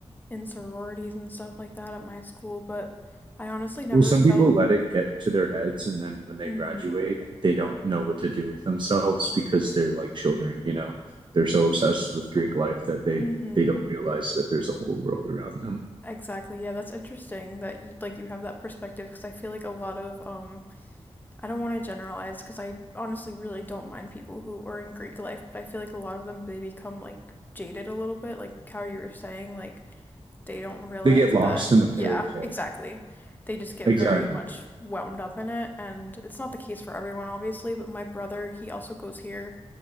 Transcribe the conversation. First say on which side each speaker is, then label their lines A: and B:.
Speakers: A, on the left; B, on the right.
A: in sororities and stuff like that at my school, but I honestly never
B: Well, some
A: felt
B: people let it get to their heads, and then when they
A: mm-hmm.
B: graduate, they don't know what to do with themselves because they're like children, you know. They're so obsessed with Greek life that they
A: Mm-hmm.
B: they don't realize that there's a whole world around them.
A: Exactly. Yeah, that's interesting that you like you have that perspective because I feel like a lot of um I don't want to generalize because I honestly really don't mind people who are in Greek life, but I feel like a lot of them they become like jaded a little bit, like how you were saying, like they don't realize
B: They get lost
A: that,
B: in a fairy
A: yeah,
B: tale.
A: exactly. They just get
B: Exactly.
A: very much wound up in it, and it's not the case for everyone, obviously. But my brother, he also goes here.